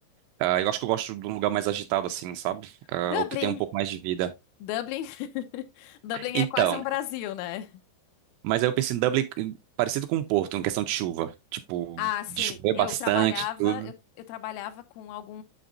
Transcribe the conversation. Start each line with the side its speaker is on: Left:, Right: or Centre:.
Right: Ah, eu acho que eu gosto de um lugar mais agitado, assim, sabe? Ah,
Left: Dublin,
Right: o que tem um pouco mais de vida.
Left: Dublin, <laughs> Dublin
Right: Então,
Left: é quase um Brasil, né?
Right: mas aí eu pensei em Dublin eh, parecido com o Porto, em questão de chuva. Tipo,
Left: Ah, sim.
Right: de chover
Left: Eu
Right: bastante,
Left: trabalhava,
Right: tudo.
Left: eu, eu trabalhava com algum,